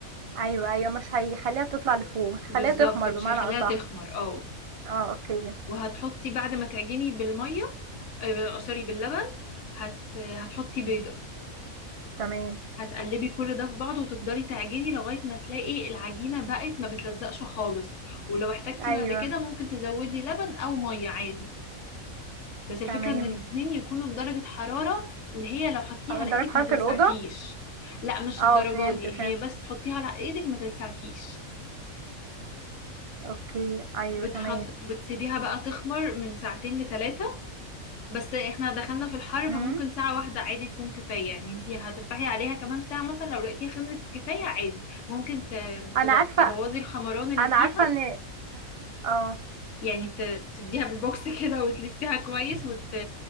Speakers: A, on the right (about 45°); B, on the left (about 60°).
A: ايوه ايوه مش هيخليها تطلع لفوق مش هيخليها
B: بالظبط
A: تخمر
B: مش
A: بمعنى
B: هيخليها
A: اصح
B: تخمر اه
A: اه اوكي
B: وهتحطي بعد ما تعجني بالمية آه، سوري باللبن هت... هتحطي بيضة
A: تمام
B: هتقلبي كل ده في بعضه وتفضلي تعجني لغاية ما تلاقي العجينة بقت ما بتلزقش خالص ولو احتجتي
A: ايوه
B: بعد كده ممكن تزودي لبن أو مية عادي بس الفكرة
A: تمام
B: إن الاتنين يكونوا بدرجة حرارة اللي هي لو حطيها على إيدك
A: درجه حراره
B: ما تلسعكيش
A: الاوضه
B: لا مش
A: اه
B: الدرجة
A: فهمت
B: دي
A: فهمت
B: هي بس تحطيها على إيدك ما تلسعكيش
A: اوكي ايوه
B: بتحض...
A: تمام
B: بتسيبيها بقى تخمر من ساعتين لتلاتة بس احنا دخلنا في الحر
A: مم.
B: فممكن ساعة واحدة عادي تكون كفاية يعني انتي هتفتحي عليها كمان ساعة مثلا لو لقيتيها خمرت كفاية عادي ممكن ت-
A: انا
B: تض-
A: عارفه
B: تبوظي الخمران اللي
A: انا
B: فيها
A: عارفه ان اه
B: يعني ت- تديها بالبوكس <laughs> كده وتلفيها كويس وت...